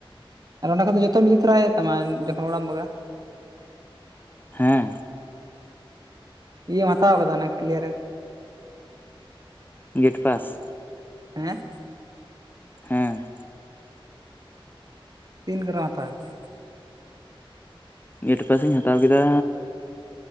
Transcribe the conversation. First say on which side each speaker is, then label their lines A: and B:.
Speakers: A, on the right; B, on the left.
A: ᱟᱨ ᱚᱸᱰᱮ ᱠᱷᱚᱱ ᱫᱚ ᱡᱚᱛᱚᱢ ᱤᱫᱤ ᱛᱚᱨᱟᱭ ᱛᱟᱢᱟ ᱡᱚᱠᱷᱚᱱ ᱚᱲᱟᱜ ᱮᱢ ᱵᱟᱜᱟᱜᱼᱟ ᱾
B: ᱦᱮᱸ,
A: ᱤᱭᱟᱹ ᱮᱢ ᱦᱟᱛᱟᱣ ᱠᱟᱫᱟ ᱚᱱᱟ ᱠᱞᱤᱭᱟᱨᱮᱱ,
B: ᱜᱮᱴ ᱯᱟᱥ,
A: ᱦᱮᱸ,
B: ᱦᱮᱸ,
A: ᱛᱤᱱ ᱠᱚᱨᱮᱢ ᱦᱟᱛᱟᱣ ᱠᱮᱫᱼᱟ?
B: ᱜᱮᱴ ᱯᱟᱥ ᱤᱧ ᱦᱟᱛᱟᱣ ᱠᱮᱫᱟ,